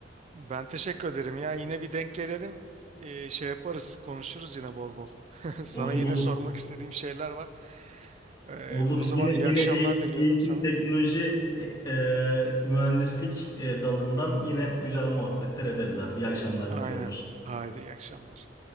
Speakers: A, on the right (about 35°); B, on the left (about 20°).
A: Ben teşekkür ederim ya. Yine bir denk gelelim. Ee, şey yaparız, konuşuruz yine bol bol. <laughs> Sana
B: Olur
A: yine
B: olur.
A: sormak istediğim şeyler var. Ee,
B: Olur.
A: o zaman
B: Yine
A: iyi
B: yine
A: akşamlar
B: e-
A: diliyorum
B: eğitim
A: sana.
B: teknoloji e, e, mühendislik e, dalından yine güzel muhabbetler ederiz abi. İyi akşamlar
A: Aynen.
B: diliyorum. Hoşça
A: Haydi iyi akşamlar.